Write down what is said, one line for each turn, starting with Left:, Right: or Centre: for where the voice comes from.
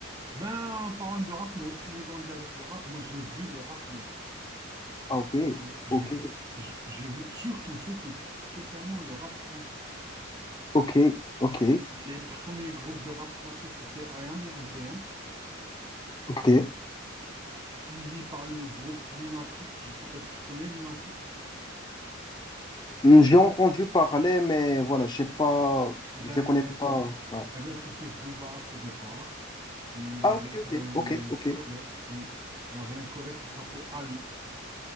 Right: Ben, en parlant de rap, moi aussi j'ai grandi avec le rap. Moi j'ai vu le rap naître.
Left: Ah, ok,
Right: Donc, euh, j'ai
Left: ok,
Right: vu, j'ai j'ai vu surtout, surtout, surtout, spécialement le rap français.
Left: ok, ok,
Right: Les premiers groupes de rap français, c'était IAM et NTM,
Left: ok.
Right: suivi par le groupe Lunatic. Je sais pas si tu connais Lunatic.
Left: Hmm, Je l'ai entendu parler, mais voilà, je sais pas,
Right: Eh Ben,
Left: je les connais pas. Ouais.
Right: Eh ben, c'était Booba à ses départs. Il
Left: Ah,
Right: avait
Left: ok, ok,
Right: un
Left: ok, ok,
Right: collègue, oui. Il avait un collègue qui s'appelait Ali.